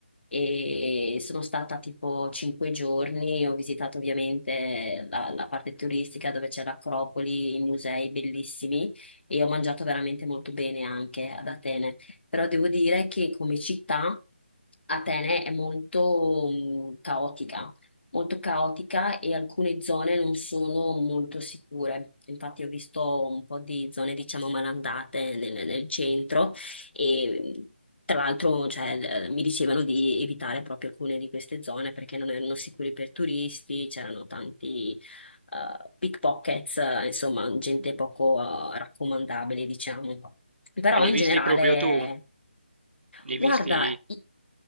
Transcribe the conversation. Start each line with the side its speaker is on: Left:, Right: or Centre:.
Left: e sono stata tipo 5 giorni, ho visitato ovviamente la, la parte turistica dove c'è l'Acropoli, i musei bellissimi e ho mangiato veramente molto bene anche ad Atene però devo dire che come città Atene è molto mh, caotica, molto caotica e alcune zone non sono molto sicure. Infatti ho visto un po' di zone, diciamo, malandate nel, nel centro e mh, tra l'altro, cioè, l- mi dicevano di evitare proprio alcune di queste zone perché non erano sicure per turisti, c'erano tanti eh, pickpockets, eh, insomma, gente poco eh, raccomandabile, diciamo. Però
Right: Ma li hai
Left: in
Right: visti
Left: generale,
Right: proprio tu? Li
Left: guarda,
Right: hai visti...
Left: i-